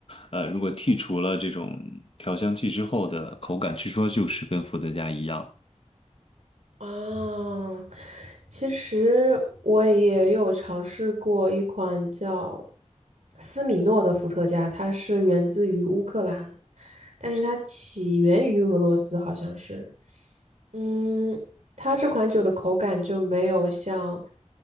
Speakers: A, on the left (about 50°); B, on the right (about 70°).
A: 呃，如果剔除了这种调香剂之后的口感，据说就是跟伏特加一样。
B: 啊，其实我也有尝试过一款叫斯米诺的伏特加，它是源自于乌克兰，但是它起源于俄罗斯，好像是。嗯，它这款酒的口感就没有像